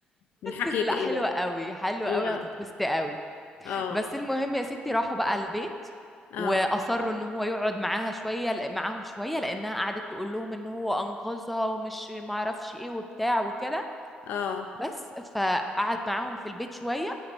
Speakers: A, on the left; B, in the centre.
A: من حكيك
B: بس لا
A: إله
B: حلوة قوي حلوة
A: الله
B: قوي هتتبسطي قوي
A: اه
B: بس المهم يا ستي راحوا بقى البيت
A: اه
B: واصروا ان هو يقعد معاها شويه معاهم شويه لانها قعدت تقول لهم ان هو انقذها ومش معرفش ايه وبتاع وكده
A: اه
B: بس فقعد معاهم في البيت شويه